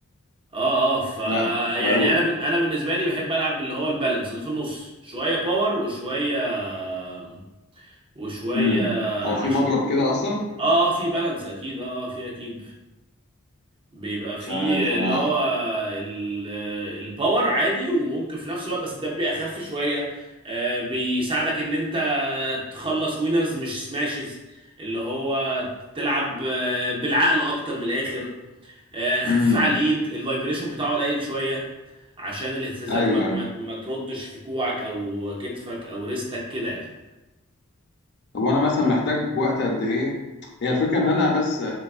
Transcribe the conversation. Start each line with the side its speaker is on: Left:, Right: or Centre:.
Right: اه اه ف
Left: لا ده صعب
Right: يعني
Left: قوي
Right: انا ب... انا بالنسبه لي بحب العب اللي هو البالانس اللي في النص شويه باور وشويه آه، وشويه
Left: امم هو
Right: عش...
Left: في مضرب كده اصلا
Right: اه في بالانس اكيد اه في اكيد بيبقى في
Left: مش عارف انا
Right: اللي هو ال- الباور عادي وممكن في نفس الوقت بس ده بيبقى اخف شويه آه بيساعدك ان انت تخلص وينرز مش سماشز اللي هو تلعب آه، بالعقل اكتر من الاخر آه خفيف
Left: امم
Right: على الايد الفايبريشن بتاعه قليل شويه عشان الاهتزازات
Left: ايوه
Right: ما
Left: أيوة.
Right: ما ما تردش في كوعك او كتفك او ريستك كده يعني
Left: طب وانا مثلا محتاج وقت قد ايه هي الفكره ان انا بس